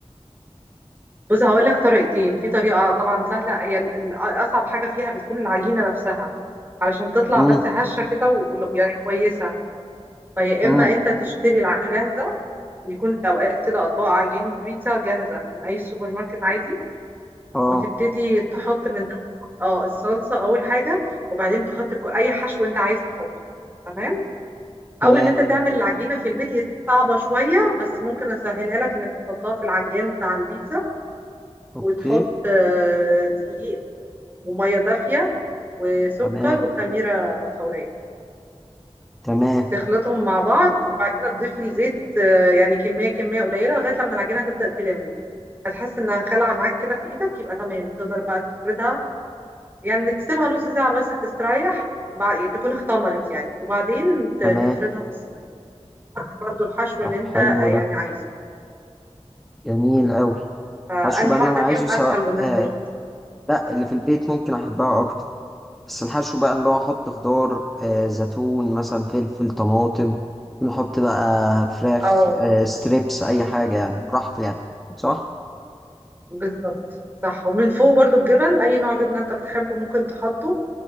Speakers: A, on the right (about 20°); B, in the centre.
A: بص هقول لك طريقتين في طريقة طبعا سهلة هي ال- ال- اصعب حاجة فيها بتكون العجينة نفسها علشان تطلع
B: مم.
A: بس هشة كده و- ويعني كويسة فيا
B: مم.
A: اما انت تشتري العجينة جاهزة يكون في اوقات كده اطباق عجين بيتزا جاهزة من اي سوبر ماركت عادي
B: أه
A: وتبتدي تحط من تحت اه الصلصة أول حاجة وبعدين تحط كو- أي حشو أنت عايز تحطه تمام
B: تمام
A: أو إن أنت تعمل العجينة في البيت هي صعبة شوية بس ممكن أسهلها لك إنك تحطها في العجان بتاع البيتزا
B: أوكي
A: وتحط آه، دقيق ومية دافية وسكر
B: تمام
A: وخميرة فورية
B: تمام
A: تخلطهم مع بعض وبعد كده تضيف الزيت آه، يعني كمية كمية قليلة لغاية لما العجينة تبدأ تلم هتحس إنها خلعة معاك كده في إيدك يبقى تمام تقدر بقى تفردها يعني تسيبها نص ساعة بس تستريح بعد تكون اختمرت يعني وبعدين ت-
B: تمام
A: تفردها في الصينية حط برضو الحشو
B: طب
A: اللي انت
B: حلو
A: آه، يعني
B: ده
A: عايزه
B: جميل أوي
A: فأنهي
B: الحشو بقى اللي
A: واحدة
B: أنا عايزه
A: فيهم
B: سواء
A: أسهل بالنسبة
B: آه.
A: لك
B: لا اللي في البيت ممكن أحبها أكتر بس الحشو بقى اللي هو أحط خضار آه. زيتون مثلا فلفل طماطم نحط بقى فراخ
A: اه
B: آه. ستريبس أي حاجة يعني براحتي يعني صح؟
A: بالظبط صح ومن فوق برضو الجبن أي نوع جبنة انت بتحبه ممكن تحطه